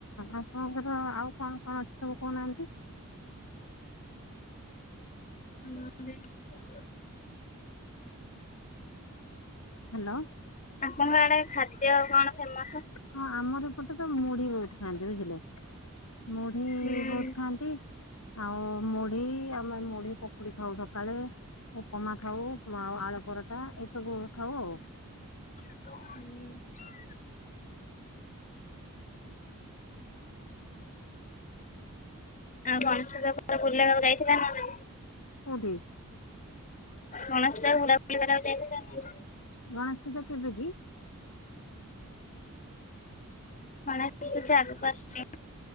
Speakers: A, on the left; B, on the left.
A: ଆପଣଙ୍କର ଆଉ କଣ କଣ ଅଛି ସବୁ କହୁନାହାନ୍ତି?
B: <inaudible>
A: ହ୍ୟାଲୋ।
B: ଆପଣଙ୍କ ଆଡେ ଖାଦ୍ୟ କଣ ଫେମସ
A: ହଁ ଆମର ଏପଟେ ତ ମୁଢି ବହୁତ ଖାଆନ୍ତି ବୁଝିଲେ ମୁଢି
B: ହୁଁ
A: ବହୁତ ଖାଆନ୍ତି ଆଉ ମୁଢି ଆମର ମୁଢି ପକୁଡି ଖାଉ ସକାଳେ ଉପମା ଖାଉ, ଆଉ ଆଳୁ ପରଟା ଏସବୁ ଖାଉ ଆଉ
B: <inaudible> ଆଉ ଗଣେଶପୂଜା ପର ବୁଲିଆକୁ ଯାଇଥିଲେ ନାଇଁ
A: କୋଉଠି
B: ଗଣେଶପୂଜାକୁ ବୁଲାବୁଲି କରିବାକୁ ଯାଇନଥାନ୍ତେ
A: ଗଣେଶପୂଜା କେବେ କି?
B: <unintelligible>